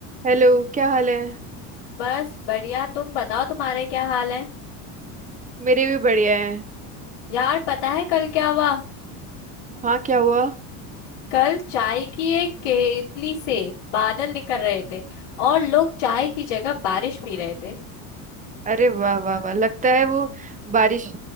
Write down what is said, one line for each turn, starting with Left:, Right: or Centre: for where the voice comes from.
Right: हेलो क्या हाल है
Left: बस बढ़िया तुम बताओ तुम्हारे क्या हाल है
Right: मेरे भी बढ़िया है
Left: यार पता है कल क्या हुआ
Right: हाँ क्या हुआ
Left: कल चाय की एक केतली से बादल निकल रहे थे और लोग चाय की जगह बारिश पी रहे थे
Right: अरे वाह वाह वाह लगता है वो बारिश